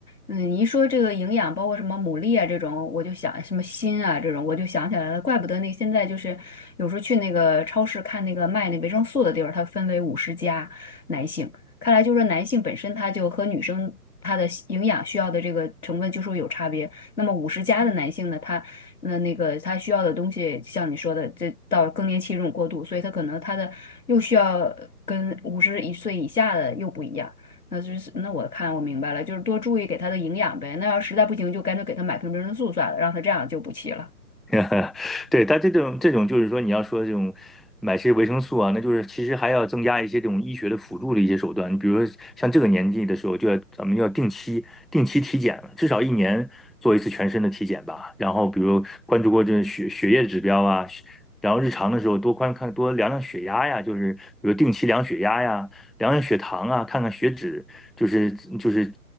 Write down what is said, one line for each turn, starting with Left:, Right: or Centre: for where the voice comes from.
Left: 嗯，你一说这个营养，包括什么牡蛎啊这种，我就想什么锌啊这种，我就想起来了，怪不得那现在就是有时候去那个超市看那个卖那维生素的地儿，它分为五十加男性，看来就是男性本身他就和女生他的营养需要的这个成分就是有差别。那么五十加的男性呢，他那那个他需要的东西，像你说的，这到更年期这种过渡，所以他可能他的又需要跟五十一岁以下的又不一样。那就是那我看我明白了，就是多注意给他的营养呗。那要实在不行，就干脆给他买瓶维生素算了，让他这样就补气了。
Centre: <laughs> 对，它这种这种就是说，你要说这种买些维生素啊，那就是其实还要增加一些这种医学的辅助的一些手段。你比如说像这个年纪的时候，就要咱们要定期定期体检了，至少一年做一次全身的体检吧。然后比如关注过这血血液指标啊，血然后日常的时候多观看多量量血压呀，就是比如定期量血压呀，量量血糖啊，看看血脂，就是就是